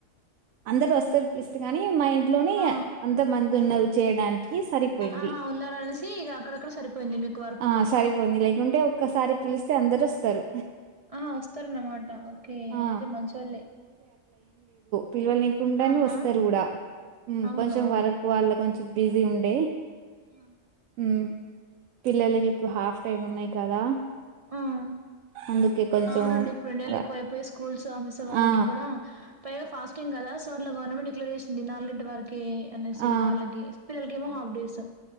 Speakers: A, on the right; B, on the right.
A: అందరు వస్తారు పిలిస్తే గానీ మా ఇంట్లోనే
B: ఆ
A: అంత మంది ఉన్నరు చేయడానికి సరిపోయింది
B: ఆహా ఉన్నారు అనేశీ ఇక అక్కడక్కడ సరిపోయింది మీకు వర్క్
A: ఆ! సరిపోయింది. లేకుంటే ఒక్కసారి పిలిస్తే అందరొస్తారు.
B: ఆహా వస్తార అన్నమాట ఓకే
A: ఆ!
B: అయితే మంచోళ్ళే
A: పిల్ల్వనీ కుండానే
B: ఆహా
A: వస్తారు కూడా ఉమ్
B: అవునా
A: కొంచెం వరకు వాళ్ళ కొంచెం బిజీ ఉండే
B: ఆ
A: ఉమ్ పిల్లలకి ఇప్పుడు హాఫ్ టైమ్ ఉన్నాయి కదా!
B: ఆ హా
A: అందుకే కొంచెం
B: ఆ అవునండి ఇప్పుడు రెండేళ్ళ
A: ర
B: ఎక్కువైపోయి స్కూల్స్ ఆఫీస్ వాళ్ళకి
A: ఆ!
B: కూడా పైగా ఫాస్టింగ్ కదా సో అట్ల గవర్నమెంట్ డిక్లేర్ చేసింది నాలుగుంటి వరక్ కే న్నేసి
A: ఆ!
B: వాళ్ళే స్ ప వొ హాఫ్ డేస్